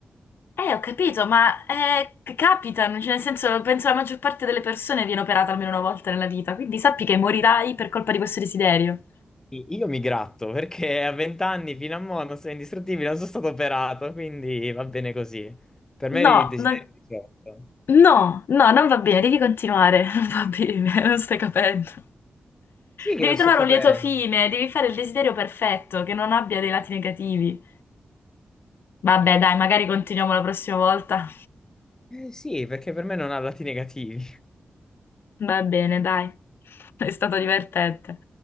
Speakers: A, on the left; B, on the left.
A: Eh, ho capito, ma eh, c- capitano, cioè, nel senso, penso la maggior parte delle persone viene operata almeno una volta nella vita, quindi sappi che morirai per colpa di questo desiderio.
B: I- Io mi gratto <laughs> perché a 20 anni fino a mo non sono indistruttibile, non sono stato operato, quindi va bene così. Per me eri
A: No,
B: il desiderio
A: no,
B: di certo.
A: no, no, non va bene, devi continuare, <laughs> non va bene, non stai capendo.
B: Sì che
A: Devi
B: lo
A: trovare
B: sto capendo.
A: un lieto fine, devi fare il desiderio perfetto, che non abbia dei lati negativi. Vabbè, dai, magari continuiamo la prossima volta.
B: Eh sì, perché per me non ha lati negativi.
A: Va bene, dai. <laughs> È stato divertente.